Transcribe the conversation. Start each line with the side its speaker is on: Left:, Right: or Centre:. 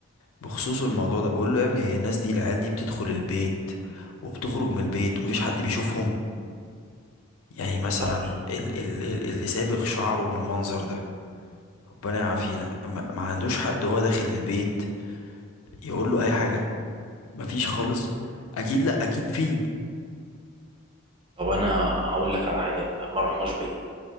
Left: بخصوص الموضوع ده بقول له يا ابني هي الناس دي العيال دي بتدخل البيت وبتخرج من البيت ومفيش حد بيشوفهم يعني مثلا
Right: متعرفش
Left: ال ال ال- اللي سابغ شعره بالمنظر ده ربنا يعافينا ما ما عندوش حد وهو داخل البيت يقول له اي حاجة مفيش خالص اكيد لا اكيد فيه
Right: طب انا هقول لك على حاجه ما رحناش بعيد